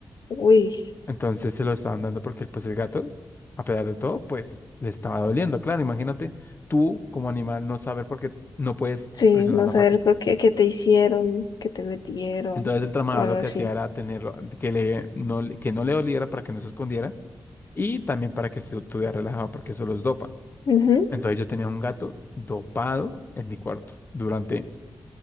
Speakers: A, on the left (about 65°); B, on the left (about 30°).
A: Uy,
B: Entonces se lo estaban dando porque pues el gato, a pesar de todo, pues le estaba doliendo. Claro, imagínate tú como animal no saber por qué no puedes
A: sí,
B: presionar
A: no
B: la
A: saber
B: patica.
A: por qué, qué te hicieron, qué te metieron,
B: Entonces el tramador
A: o algo
B: lo que
A: así.
B: hacía era tenerlo, que, le, no, le- que no le doliera para que no se escondiera y también para que se estuviera relajado porque eso los dopa.
A: Ujú,
B: Entonces yo tenía un gato dopado en mi cuarto durante,